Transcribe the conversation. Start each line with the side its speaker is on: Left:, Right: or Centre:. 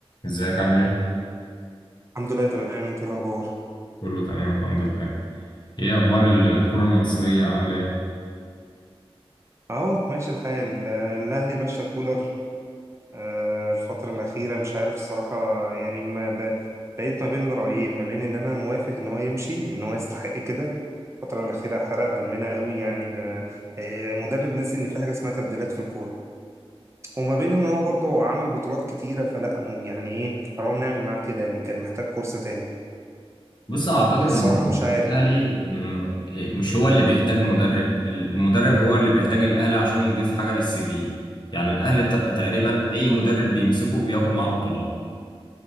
Left: ازيك عامل ايه؟
Right: الحمد لله تمام انت إيه الاخبار
Left: كله تمام الحمد لله ايه اخبار الكرة المصرية عاملة ايه؟
Right: اهو ماشي الحال آه، الاهلي ماشي كولر آه، الفتره الاخيره مش عارف الصراحه يعني ما ب... بقيت ما بين رايين ما بين ان انا موافق ان هو يمشي ان هو يستحق كده الفتره الاخيره حرق دمنا قوي يعني ب... آه، مدرب ناسي ان في حاجه اسمها تبديلات في الكوره وما بين ان هو برضه عمل بطولات كتيره فلا مو- يعني ايه حرام نعمل معاه كده يعني كان محتاج فرصه تاني
Left: بص اعتقد
Right: فالصراحه
Left: ان
Right: مش عارف
Left: الاهلي
Right: يعني
Left: م- مش هو اللي بيحتاج مدرب المدرب هو اللي بيحتاج الاهلي عشان يضيف حاجه للسي في يعني الاهلي ت- تقريبا
Right: مم.
Left: اي مدرب بيمسكه بياخد معاه بطولات